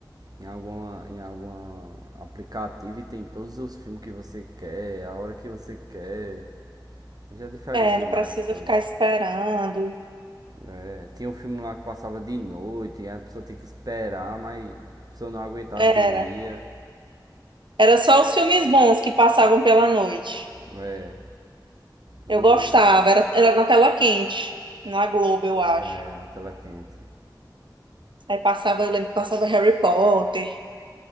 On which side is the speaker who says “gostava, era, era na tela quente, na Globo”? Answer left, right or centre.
Right